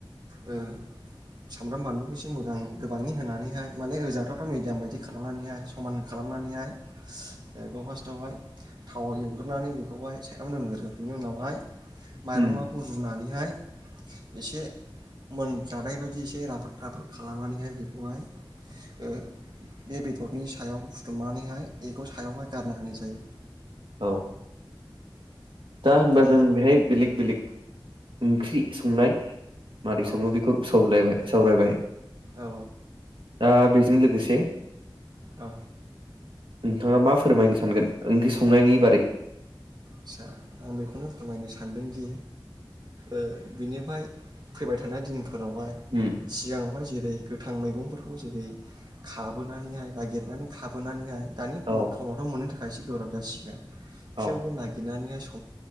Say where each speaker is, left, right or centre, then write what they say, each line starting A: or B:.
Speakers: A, on the right; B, on the right.
A: ओ सामब्राम बानलुखौ एसे मोजां गोबाङै होनानैहाय माने रोजाथावथाव मिडियाम बायदि खालामनानैहाय समान खालामनानैहाय बेखौ फास्टआवहाय थावाव एवग्रोनानै बेखौहाय साइडआव दोंग्रो बिनि उनावहाय माइरङाखौ
B: उम
A: रुनानै हाय एसे मोनजानाय बायदि एसे राफोद राफोद खालामनानैहाय बेखौहाय ओ बे बेदरनि सा सायाव फुदुंनानैहाय एखौ' सायावहाय गारना होनाय जायो
B: औ दा होनबा
A: ओमफ्राय
B: जों बेहाय बिलेग बेलग ओंख्रि संनाय। मारै
A: औ
B: सङो बेखौ सावलायबाय सावरायबाय।
A: औ
B: दा बेजों लोगोसे।
A: ओ।
B: नोंथाङा मा फोरमायनो सानगोन ओंख्रि संनायनि बारै?
A: आसा आं बेखौनो फोरमायनो सानदोंदि ओ बिनिफाय फैबाय थानाय दिन फोरावहाय
B: उम
A: सिगाङावहाय जेरै गोथां मैगंफोरखौ जेरै खाबोनानैहाय नागिरनानै खाबोनानैहाय दानि <unintelligible>
B: औ
A: मोननो थाखायसो। गोब्राब जासिगोन। खेवबो
B: औ
A: नायगि नुनानैहाय स